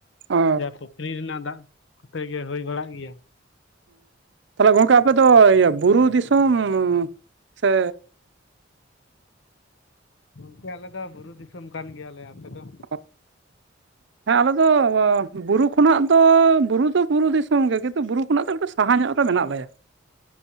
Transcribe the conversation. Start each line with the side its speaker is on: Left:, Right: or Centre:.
Right: ᱚ
Left: ᱡᱟ ᱯᱩᱠᱷᱨᱤ ᱨᱮᱱᱟᱜ ᱫᱟᱜ ᱛᱮᱜᱮ ᱦᱳᱭ ᱵᱟᱲᱟᱜ ᱜᱮᱭᱟ᱾
Right: ᱛᱟᱞᱦᱮ ᱜᱚᱝᱠᱮ ᱟᱯᱮ ᱫᱚ ᱤᱭᱟᱹ ᱵᱩᱨᱩ ᱫᱤᱥᱚᱢ ᱥᱮ
Left: ᱜᱚᱢᱠᱮ ᱟᱞᱮ ᱫᱚ ᱵᱩᱨᱩ ᱫᱤᱥᱚᱢ ᱠᱟᱱ ᱜᱮᱭᱟᱞᱮ ᱟᱯᱮ ᱫᱚ
Right: <inaudible> ᱦᱮᱸ ᱟᱞᱮᱫᱚ ᱵᱩᱨᱩ ᱠᱷᱚᱱᱟᱜ ᱫᱚ ᱵᱩᱨᱩ ᱫᱚ ᱵᱩᱨᱩ ᱫᱤᱥᱚᱢ ᱜᱮ ᱠᱤᱱᱛᱩ ᱵᱩᱨᱩ ᱠᱷᱚᱱᱟᱜ ᱫᱚ ᱮᱠᱴᱩ ᱥᱟᱦᱟ ᱧᱚᱜ ᱨᱮ ᱢᱮᱱᱟᱜ ᱞᱮᱭᱟ